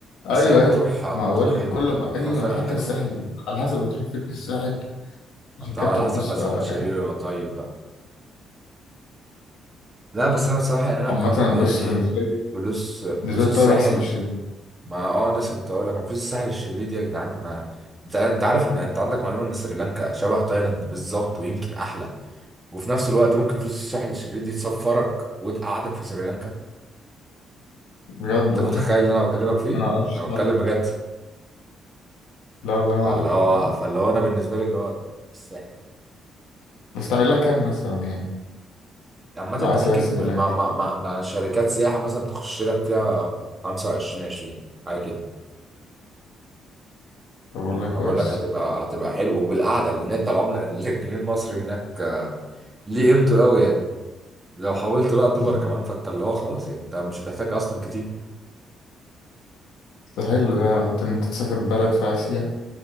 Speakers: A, on the right (about 20°); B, on the left (about 85°).
A: بس
B: ايوه
A: هي مطروح
B: ايوه
A: مطروح
B: ما بقول
A: حلوه
B: لك كل ما اي
A: مطروح
B: مك-
A: فعلا
B: حتى
A: حلوه
B: الساحل على حسب بتروح فين في الساحل الكابتن
A: انت على حسب
B: بص
A: بس
B: لا
A: واحد شرير
B: يعني
A: ولا طيب بقى لا بس انا بصراحه يعني انا
B: عامة
A: يعني
B: بص بالنسبة لي
A: فلوس فلوس
B: بالنسبة لي
A: الساحل
B: الطيب أحسن من الشديد
A: ما اه لسه كنت هقول لك انا فلوس الساحل الشرير دي يا جدعان انا انت انت عارف ان انت عندك معلومه ان سريلانكا شبه تايلاند بالظبط ويمكن احلى وفي نفس الوقت ممكن فلوس الساحل الشرير دي تسفرك وتقعدك في سريلانكا
B: بجد
A: انت
B: والله
A: متخيل اللي
B: <laughs>
A: انا بكلمك فيه
B: أنا ما أعرفش
A: انا
B: الحوار
A: بتكلم
B: ده
A: بجد
B: لا والله ما
A: فاللي
B: أعرف
A: هو
B: الحوار ده
A: فاللي هو انا بالنسبه لي اللي هو الساحل
B: بس تعمل لها كام مثلا يعني
A: عامه
B: لو
A: انت
B: عايز
A: ممكن
B: تسافر سريلانكا
A: مع مع
B: يعني.
A: مع, مع شركات سياحه مثلا تخش لك فيها 25 20 حاجه كده
B: طب والله
A: انا
B: كويس
A: بقول لك هتبقى هتبقى حلو وبالقعده لان انت العمله <laughs> الجنيه المصري هناك ليه قيمته قوي يعني لو حولت بقى دولار
B: مم.
A: كمان فانت اللي هو خلاص يعني انت مش هتحتاج اصلا كتير
B: ده حلو ده عامة إن أنت تسافر بلد في آسيا